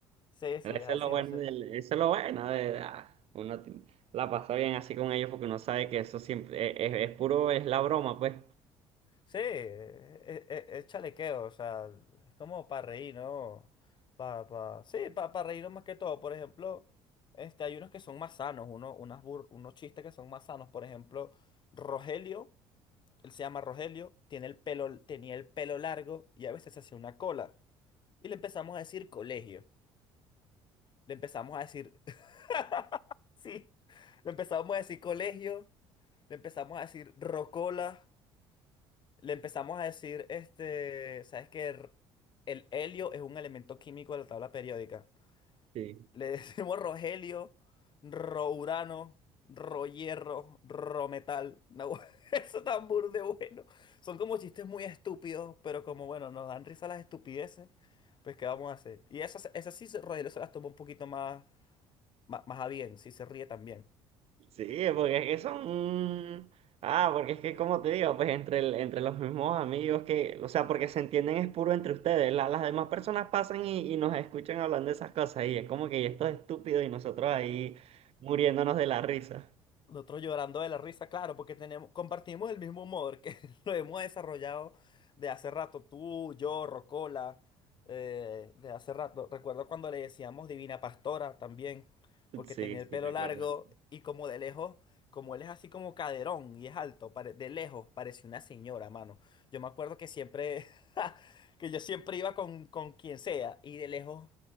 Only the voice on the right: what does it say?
Pero Eso
es lo bueno
del, eso es lo bueno de, ah, uno ti- la pasa bien así con ellos porque uno sabe que eso siempre es, es- es puro, es la broma, pues.
Sí.
Sí, porque es que son... Ah, porque es que como te digo, pues entre, el- entre los mismos amigos que, o sea, porque se entienden es puro entre ustedes, La- las demás personas pasan y, y nos escuchan hablando de esas cosas y es como que esto es estúpido y nosotros ahí muriéndonos de la risa.
Sí,
sí,
recuerdo
eso.